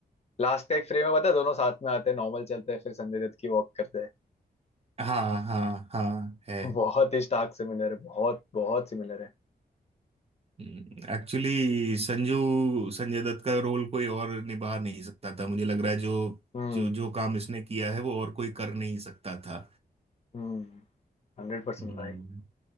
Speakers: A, on the left; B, on the right.
A: लास्ट का एक फ्रेम है पता है दोनों साथ में आते हैं नॉर्मल चलते हैं फिर संजय दत्त की वॉक करते हैं
B: हाँ हाँ हाँ
A: <laughs>
B: है
A: बहुत ही स्टार्क सिमिलर है बहुत बहुत सिमिलर है
B: एक्चुअली संजू संजय दत्त का रोल कोई और निभा नहीं सकता था मुझे लग रहा है जो
A: हम्म
B: जो जो काम इसने किया है वो और कोई कर नहीं सकता था
A: हम्म हंड्रेड परसेंट
B: हम्म,
A: भाई